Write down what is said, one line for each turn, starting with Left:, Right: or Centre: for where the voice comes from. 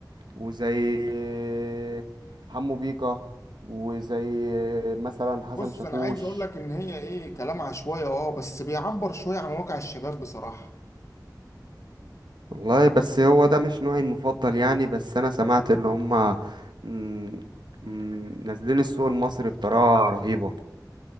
Right: وزي آه، حمو بيكا وزي آه، مثلا حسن
Left: بص
Right: شاكوش
Left: انا عايز اقول لك ان هي ايه كلام عشوائي اه بس بيعبر شويه عن واقع الشباب بصراحه
Right: والله بس هو ده مش نوعي المفضل يعني بس انا سمعت ان هما مم، مم، نازلين السوق المصري بطريقة رهيبة